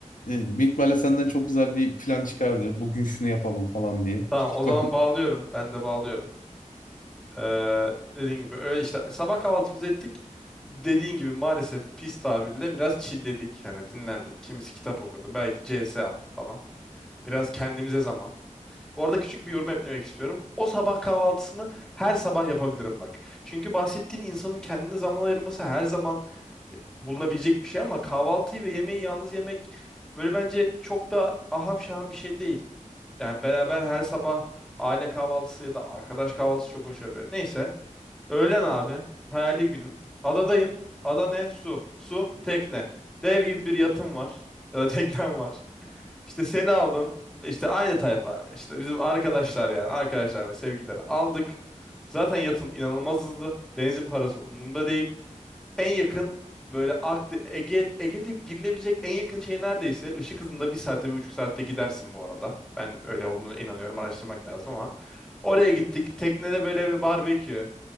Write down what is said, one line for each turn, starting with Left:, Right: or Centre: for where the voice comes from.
Left: e, büyük ihtimalle senden çok güzel bir plan çıkardı. Bugün şunu yapalım falan diye.
Centre: Tamam
Left: Çünkü
Centre: o zaman
Left: ben
Centre: bağlıyorum. Ben de bağlıyorum. Ee, dediğin gibi öyle işte sabah kahvaltımızı ettik. Dediğin gibi maalesef pis tabirle biraz çilledik. Hani dinlendik. Kimisi kitap okudu. Belki CS attı falan. Biraz kendimize zaman. Bu arada küçük bir yorum eklemek istiyorum. O sabah kahvaltısını her sabah yapabilirim bak. Çünkü bahsettiğin insanın kendine zaman ayırması her zaman e, bulunabilecek bir şey ama kahvaltıyı ve yemeği yalnız yemek böyle bence çok da aham şaham bir şey değil. Yani beraber her sabah aile kahvaltısı ya da arkadaş kahvaltısı çok hoş olabilir. Neyse. Öğlen abi. Hayali günüm. Adadayım. Ada ne? Su. Su tekne. Dev gibi bir yatım var. Ya da <laughs> teknem var. İşte seni aldım. İşte aynı tayfa. İşte bizim arkadaşlar yani. Arkadaşlar ve sevgilileri aldık. Zaten yatım inanılmaz hızlı. Benzin parası umurumda değil. En yakın böyle Akde Ege Ege'de girilebilecek en yakın şey neredeyse ışık hızında bir saatte bir buçuk saatte gidersin bu arada. Ben öyle olduğunu inanıyorum araştırmak lazım ama. Oraya gittik. Teknede böyle bir barbekü.